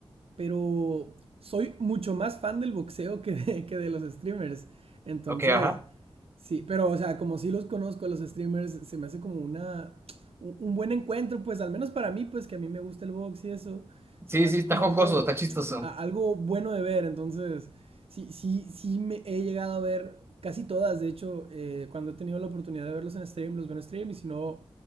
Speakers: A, on the right (about 75°); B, on the right (about 25°).
A: pero soy mucho más fan del boxeo que de, que de los streamers. Entonces,
B: Ok, ajá.
A: sí, pero o sea, como sí los conozco a los streamers, se me hace como una, un, un buen encuentro, pues al menos para mí, pues que a mí me gusta el box y eso, se
B: Sí,
A: me
B: sí,
A: hace
B: está
A: como
B: jocoso,
A: algo,
B: está chistoso.
A: a- algo bueno de ver. Entonces, sí, sí, sí me he llegado a ver casi todas, de hecho, eh, cuando he tenido la oportunidad de verlos en stream, los veo en stream y si no,